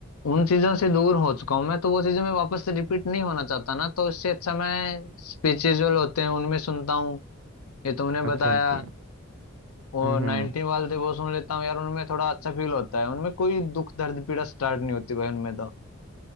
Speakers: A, on the left; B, on the right.
A: उन चीजों से दूर हो चुका हूँ मैं तो वो चीजें मैं वापस से रिपीट नहीं होना चाहता ना तो इससे अच्छा मैं स्पिरिचुअल होते हैं उनमें सुनता हूँ ये तुमने बताया
B: अच्छा अच्छा
A: और
B: हम्म
A: 90
B: हम्म
A: वाले थे वो सुन लेता हूँ यार उनमें थोड़ा अच्छा फील होता है उनमें कोई दुख दर्द पीड़ा स्टार्ट नहीं होती भाई उनमें तो